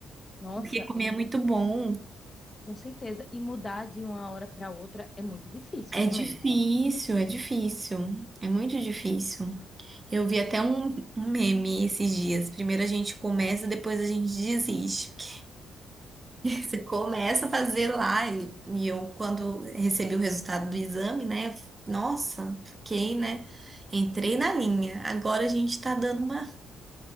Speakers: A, on the left; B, on the right.
A: Nossa,
B: Porque comer
A: e
B: é muito bom.
A: com certeza. E mudar de uma hora pra outra é muito difícil
B: É
A: também.
B: difícil,
A: né?
B: é difícil. É muito difícil. Eu vi até um, um meme esses dias. Primeiro a gente começa, depois a gente desiste. Porque <laughs> você começa a fazer lá. E, e eu, quando recebi o resultado do exame, né? Nossa, fiquei, né? Entrei na linha. Agora a gente tá dando uma,